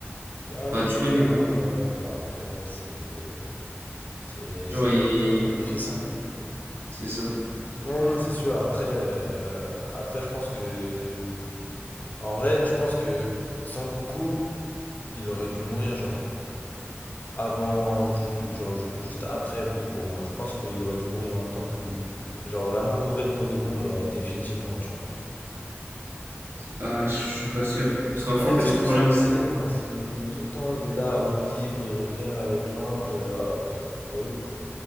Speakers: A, on the left (about 35°); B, on the right (about 60°).
A: Ah
B: Enfin,
A: non, c'est
B: tu connais
A: clair.
B: quoi.
A: hein. Ouais, bah après, ouais, c'est. C'est
B: Genre,
A: c'est
B: il.
A: comme tout fils, hein.
B: C'est ça.
A: Non, non, c'est sûr. Après, euh, après, je pense que. En vrai, je pense que Sangoku. il aurait dû mourir genre avant, ju- genre ju- juste après Boo pour moi. Je pense qu'il aurait dû mourir en même temps que Boo. Mais genre vraiment mourir pour de bon, genre définitivement, tu vois.
B: Ah, je suis pas sûr. Parce qu'en fait,
A: En fait, je
B: le
A: trouve
B: problème,
A: ça abusé,
B: c'est.
A: moi. C'est tout le temps, il est là à revivre, il revient avec l'ange. euh, ah, pff, relou.